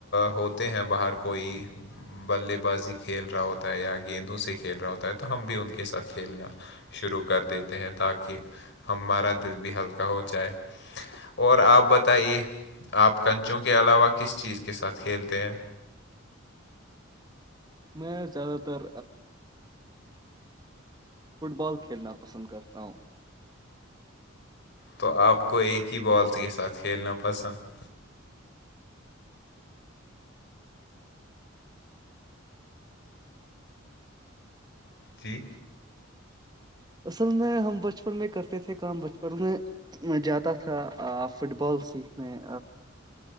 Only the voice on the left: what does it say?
ہوتے ہیں باہر کوئی بلے بازی کو کھیل رہا ہوتا ہے یا گیندوں سے کھیل رہا ہوتا ہے تو ہم بھی ان کے ساتھ کھیلنا شروع کر دیتے ہیں تاکہ ہمارا دل بھی ہلکا ہو جائے اور آپ بتائیے آپ کنچوں کے علاوہ کس چیز کے ساتھ کھیلتے ہیں
تو آپ کو ایک ہی بال کے ساتھ کھیلنا پسند تھری